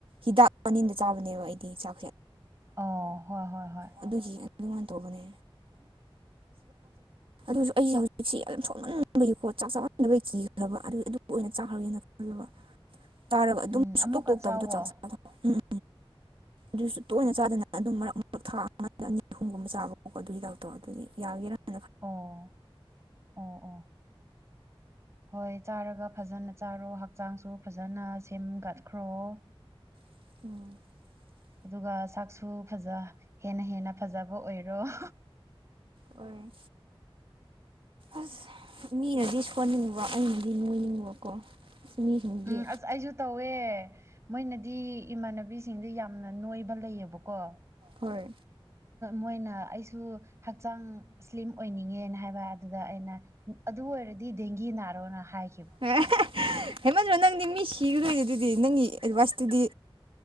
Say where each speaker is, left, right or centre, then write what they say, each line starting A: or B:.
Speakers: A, on the right (about 65°); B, on the right (about 30°).
A: ꯍꯤꯗꯥꯛ ꯃꯅꯤꯡꯗ ꯆꯥꯕꯅꯦꯕ ꯑꯩꯗꯤ ꯆꯥꯛ
B: ꯑꯣ ꯍꯣꯏ ꯍꯣꯏ ꯍꯣꯏ
A: ꯑꯗꯨꯒꯤ ꯑꯗꯨꯃꯥꯏꯅ ꯇꯧꯕꯅꯦ ꯑꯗꯨꯁꯨ ꯑꯩꯁꯦ ꯍꯧꯖꯤꯛꯁꯤ ꯌꯥꯝ ꯁꯣꯜꯃꯅꯥꯕꯒꯤ ꯀꯣ ꯆꯥꯛ ꯆꯝꯟꯗꯕꯩ ꯀꯤꯈ꯭ꯔꯕ ꯑꯗꯨꯏ ꯑꯗꯨꯝ ꯑꯗꯨ ꯑꯣꯏꯅ ꯆꯥꯈ꯭ꯔꯒꯦꯅ ꯈꯜꯂꯕ
B: <inaudible>
A: ꯇꯥꯔꯒ ꯑꯗꯨꯝ
B: ꯎꯝ ꯑꯃꯨꯛꯀ
A: ꯁꯨꯛꯇꯣꯛ ꯇꯣꯛꯇꯕꯗꯣ
B: ꯆꯥꯎꯋꯣ
A: ꯆꯥꯛ ꯆ ꯎꯝ ꯑꯗꯨꯁꯨ ꯇꯣꯏꯅ ꯆꯥꯗꯅꯅ ꯑꯗꯨꯝ ꯃꯔꯛ ꯃꯔꯛ ꯊꯥ ꯑꯃ ꯑꯅꯤ ꯑꯍꯨꯝꯒꯨꯝꯕ ꯆꯥꯕꯣꯀ ꯑꯗꯨꯒꯤ ꯗꯥꯛꯇꯔ ꯑꯗꯨꯗꯤ ꯌꯥꯒꯦꯔꯥ <inaudible>
B: ꯑꯣ ꯑꯣ ꯑꯣ ꯍꯣꯏ ꯆꯥꯔꯒ ꯐꯖꯅ ꯆꯥꯔꯣ ꯍꯛꯆꯥꯡꯁꯨ ꯐꯖꯅ ꯁꯦꯝꯒꯠꯈ꯭ꯔꯣ <inaudible>
A: <inaudible>
B: ꯑꯗꯨꯒ ꯆꯛꯁꯨ ꯐꯖ ꯍꯦꯟꯅ ꯍꯦꯟꯅ ꯐꯖꯕ ꯑꯣꯏꯔꯣ <inaudible>
A: ꯍꯣꯏ ꯑꯁ ꯃꯤꯅꯗꯤ ꯁꯣꯟꯅꯤꯡꯕ ꯑꯩꯅꯗꯤ ꯅꯣꯏꯅꯤꯡꯕꯀꯣ ꯑꯁ ꯃꯤꯁꯤꯡꯗꯤ
B: ꯎꯝ ꯑꯁ ꯑꯩꯖꯨ ꯇꯧꯋꯦ ꯃꯣꯏꯅꯗꯤ ꯏꯃꯥꯟꯅꯕꯤꯁꯤꯡꯗꯤ ꯌꯥꯝꯅ ꯅꯣꯏꯕ ꯂꯩꯑꯕꯀꯣ
A: ꯍꯣꯏ
B: ꯃꯣꯏꯅ ꯑꯩꯁꯨ ꯍꯛꯆꯥꯡ ꯁ꯭ꯂꯤꯝ ꯑꯣꯏꯅꯤꯡꯉꯦꯅ ꯍꯥꯏꯕ ꯑꯗꯨꯗ ꯑꯩꯅ ꯑꯗꯨ ꯑꯣꯏꯔꯗꯤ ꯗꯦꯡꯒꯤ ꯅꯥꯔꯣꯅ ꯍꯥꯏ
A: <unintelligible> ꯍꯦꯃꯟꯗ꯭ꯔꯣ ꯅꯪꯗꯤ ꯃꯤ ꯁꯤꯒꯗꯨꯏꯅꯤ ꯑꯗꯨꯗꯤ ꯅꯪꯒꯤ ꯑꯦꯗꯚꯥꯏꯁꯇꯨꯗꯤ